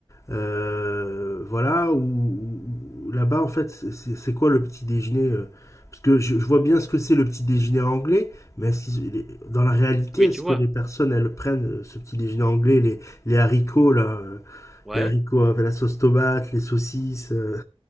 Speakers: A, on the left (about 30°); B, in the centre.
A: euh, voilà, ou, ou là-bas, en fait, c'est c'est- c'est quoi le petit déjeuner? euh Parce que je, je vois bien ce que c'est le petit déjeuner anglais, mais est-ce qu'ils- les- dans la réalité,
B: Oui,
A: est-ce
B: tu vois.
A: que les personnes, elles prennent euh, ce petit déjeuner anglais, les, les haricots, là, euh,
B: Ouais,
A: les haricots avec la sauce tomate, les saucisses? euh,